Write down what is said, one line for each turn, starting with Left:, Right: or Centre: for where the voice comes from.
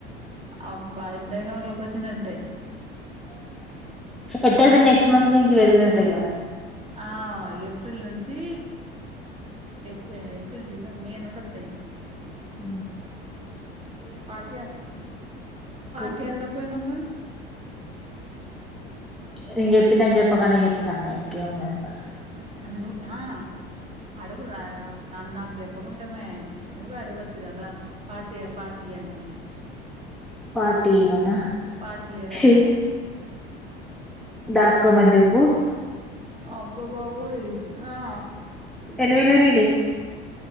Right: అబ్బా ఇప్పుడే కా వాళ్ళకి వచ్చినట్టే
Centre: ఎట్టాద నెక్స్ట్ మంత్ ను నుంచి వ ట్టటిగా
Right: ఆ ఏప్రిల్ నుంచి ఏ ఏప్రిల్ జత మే నుండి వస్తాయి ఇక
Centre: ఊ
Right: పాటీ పార్టీ
Centre: కలిపిత్తే
Right: అడగా పోయినమ్ మరి
Centre: నేను చెప్పి నను చెప్పకనే చెప్తాండే ఇంకేముందిట
Right: ఆ ఆ‌ను హా అడుగు నార అన్ నాకు చెప్పకుంటేమే నువ్వు అడగొచ్చు కదా పార్టీ ఆ పార్టీ ఇయ్యండని
Centre: పార్టీవనా
Right: పార్టీ లేదా మాకని
Centre: ఎహ్ దాస్కోమన్ జెప్ పు
Right: అబ్బబాబోయ్ ఆ
Centre: ఎన్నీ వెలు వెరిగినయ్